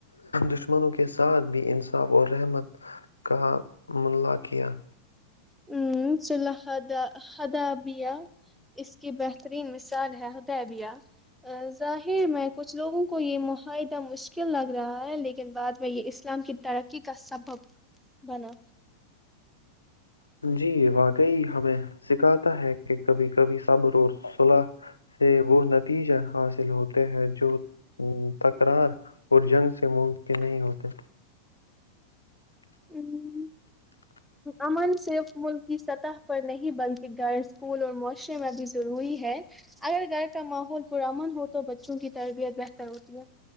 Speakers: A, on the left; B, in the centre.
A: دشمنوں کے ساتھ بھی انصاف اور رحمت کا ملہ کیا
B: ہ سلحدہ حدابیہ اس کی بہترین مثال ہے بیا ظاہر میں کچھ لوگوں کو یہ معاہدہ مشکل لگ رہا ہے لیکن بعد میں یہ اسلام کی ترقی کا سبب بنا
A: جی واقعی ہمیں سکھاتا ہے کہ کبھی کبھی صبر اور صلاح سے وہ نتیجے حاصل ہوتے ہیں جو تکرار اور جنگ سے ممکن نہیں ہوتے
B: ام، امن صرف ملک کی سطح پر نہیں بلکہ گھر اسکول اور معاشرے میں بھی ضروری ہے اگر گھر کا ماحول پرمن ہو تو بچوں کی تربیت بہتر ہوتی ہے